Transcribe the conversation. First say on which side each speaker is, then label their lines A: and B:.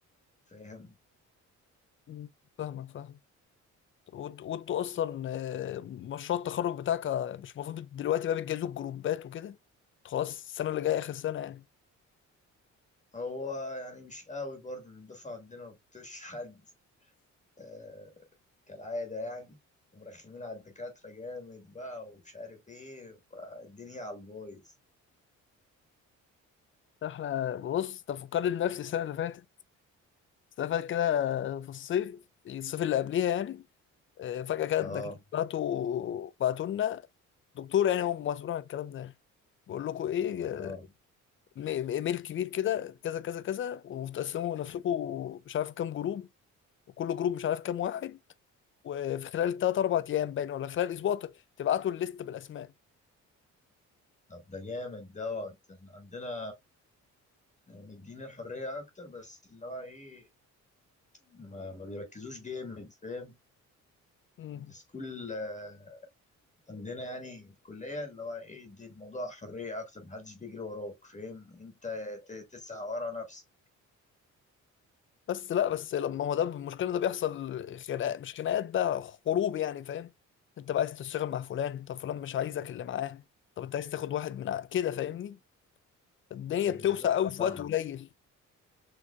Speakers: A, on the left (about 25°); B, on the left (about 45°).
A: فاهم
B: مم. فاهمك فاهم وانت- وانتوا اصلا آه، مشروع التخرج بتاعك آه، مش المفروض دلوقتي بقى بتجهزوا الجروبات وكده خلاص السنه اللي جايه اخر سنه يعني
A: هو يعني مش قوي برضه إن الدفعة عندنا ما بتطيقش حد آه كالعادة يعني ومرخمين على الدكاترة جامد بقى ومش عارف ايه الدنيا على البايظ
B: احنا بص تفكرني بنفسي السنه اللي فاتت السنه اللي فاتت كده في الصيف الصيف اللي قبليها يعني آه، فجاه كده
A: اه
B: الدكاتره بعتوا بعتوا لنا دكتور يعني هو مسؤول عن الكلام ده يعني. بقول لكم ايه آه،
A: اه
B: م- ايميل كبير كده كذا كذا كذا وتقسموا نفسكم مش عارف كام جروب وكل جروب مش عارف كام واحد وفي خلال تلات أربع أيام باين ولا خلال أسبوع ت- تبعتوا الليست بالأسماء
A: طب ده جامد دوت احنا عندنا مديني الحرية أكتر بس اللي هو ايه ما, ما بيركزوش جامد فاهم
B: مم.
A: السكول آه، عندنا يعني في الكلية اللي هو ايه دي الموضوع حرية أكتر محدش بيجري وراك فاهم أنت ت- تسعى ورا نفسك
B: بس لا بس لما هو ده المشكله إن ده بيحصل خناقات مش خناقات بقى حروب يعني فاهم انت بقى عايز تشتغل مع فلان طب فلان مش عايزك اللي معاه طب انت عايز تاخد واحد من ع- كده فاهمني الدنيا
A: بالظبط
B: بتوسع قوي في
A: فاهمة
B: وقت قليل